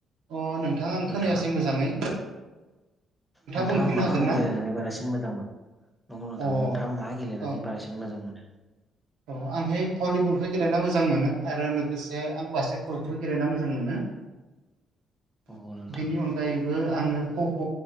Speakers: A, on the right; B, in the centre.
A: अ नोंथां आं
B: नोंथाङा
A: खोनायासै मोजाङै
B: नोंथाङा
A: बुंफिननो
B: माखौ
A: हागोन ना
B: गेलेनानै बारासिन मोजां मोन नंगौ नोंथां
A: अ
B: नोंथाङा मा गेलेनानै
A: औ
B: बारासिन मोजां मोनो?
A: औ आं होय भलिबलखौ गेलेना मोजां मोनो आरो लोगोसे आं बास्केट बलखौबो गेलेना मोजां मोनो
B: <inaudible> नोंथां
A: बिनि अनगायैबो आङो खख'